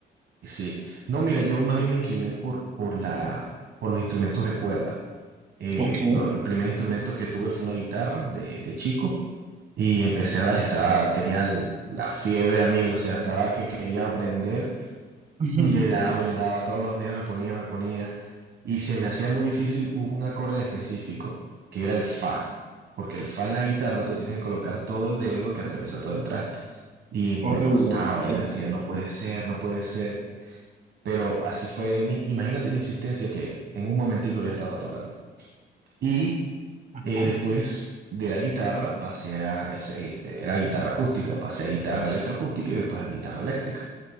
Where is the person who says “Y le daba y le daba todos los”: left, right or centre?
Right